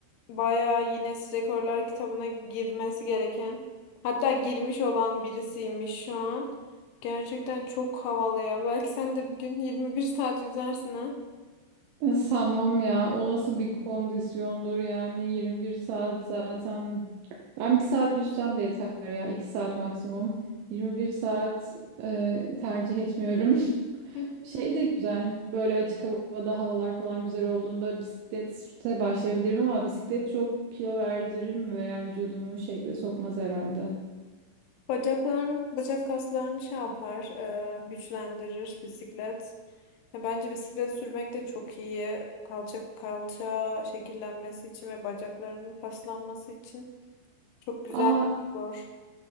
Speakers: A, on the left; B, on the right.
A: bayağı Guinness Rekorlar kitabına girmesi gereken. Hatta girmiş olan birisiymiş şu an. Gerçekten çok havalı ya. Belki sen de bir gün 21 saat yüzersin ha.
B: Sanmam ya. O nasıl bir kondisyondur yani 21 saat zaten. Ben bir saat yüzsem de yeter ya. 2 saat maksimum. 21 saat e, tercih etmiyorum. <laughs>
A: <laughs>
B: Şey de güzel. Böyle açık havada havalar falan güzel olduğunda bisiklete başlayabilirim ama bisiklet çok kilo verdirir mi veya vücudumu şekle sokmaz herhalde.
A: Bacakların, bacak kaslarını şey yapar, e, güçlendirir bisiklet. Ya bence bisiklet sürmek de çok iyi. Kalça, kalça şekillenmesi için ve bacaklarının kaslanması için çok güzel
B: Aa
A: bir spor.